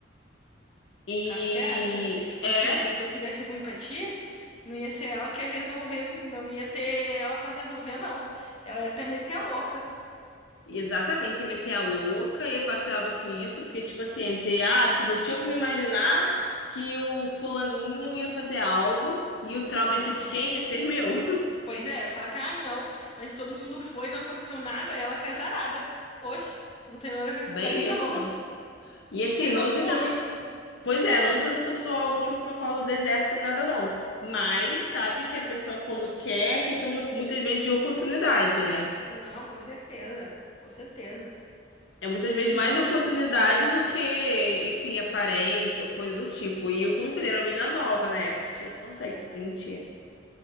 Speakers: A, on the left (about 70°); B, on the left (about 35°).
A: E
B: Tá certo? Porque, tipo
A: é.
B: assim, depois se desse ruim pra ti, não ia ser ela que ia resolver, não ia ter ela pra resolver, não. Ela ia até meter a louca.
A: Exatamente, ia meter a louca, ia falar que estava com isso, porque, tipo assim, ia dizer, ah, que não tinha como imaginar que o fulaninho ia fazer algo e o trauma
B: Não.
A: ia ser de quem? Ia ser meu.
B: Pois é, fala que, ai não, mas todo mundo foi, não aconteceu nada, ela que é zarada. Oxe, não tem
A: <laughs>
B: nada a ver com
A: Bem
B: isso daí, <laughs> não.
A: isso. E assim,
B: Resolve
A: não dizendo,
B: com o homem.
A: pois é, não dizendo que eu sou a última Coca-Cola do deserto nem nada não, mas sabe que a pessoa quando quer é questão de muitas vezes de oportunidade, né?
B: Não, com certeza, com certeza.
A: É muitas vezes
B: E,
A: mais oportunidade do que, enfim, aparência ou coisa do tipo. E eu, como eu falei, era uma menina nova na época. Tinha, não sei, vinte Deixa